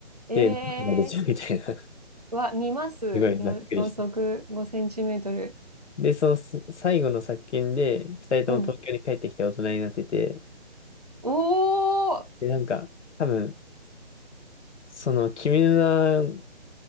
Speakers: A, on the right; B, on the left.
A: ええ
B: で、なんかやれちゃうみたいな。<laughs>
A: は見ます。
B: すごいざっくりして。
A: 秒秒速5センチメートル。
B: で、そのす最後の作品で、二人とも東京に帰ってきて大人になってて、
A: うん。おー
B: で、なんか、多分、その君の名